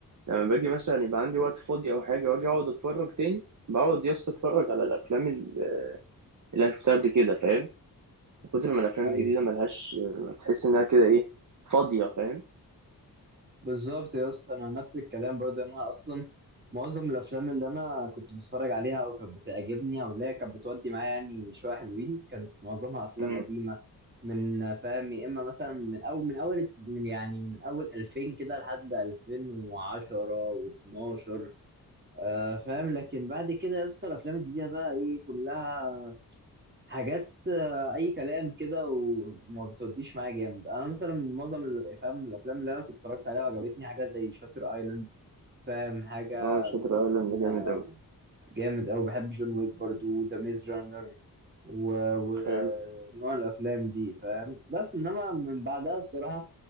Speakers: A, on the right; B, on the right.
A: لما باجي مثلا يبقى عندي وقت فاضي او حاجه واجي اقعد اتفرج تاني بقعد يا اسطى اتفرج على الافلام اللي انا شفتها قبل كده فاهم من كتر ما الافلام
B: ايوه
A: الجديده ملهاش تحس انها كده ايه فاضيه فاهم
B: بالظبط يا اسطى انا نفس الكلام برضه إن انا اصلا معظم الافلام اللي انا كنت بتفرج عليها او كانت بتعجبني او اللي هي كانت بتودي معايا يعني شويه حلوين كانت معظمها افلام
A: امم
B: قديمه من فاهم يا اما مثلا من اول من اول من يعني من اول 2000 كده لحد 2010 و12 آه فاهم لكن بعد كده يا اسطى الافلام الجديده بقى ايه كلها حاجات آه، اي كلام كده وما بتوديش معايا جامد انا مثلا معظم ال- فاهم الافلام اللي انا كنت اتفرجت عليها وعجبتني حاجه زي شاتر ايلاند فاهم حاجه
A: اه شاتر
B: مثلا
A: ايلاند ده
B: آه،
A: جامد اوي
B: جامد أوي بحب جون ويك برضو ذا ميز رانر ونوع
A: حلو
B: الافلام دي فاهم بس انما من بعدها الصراحه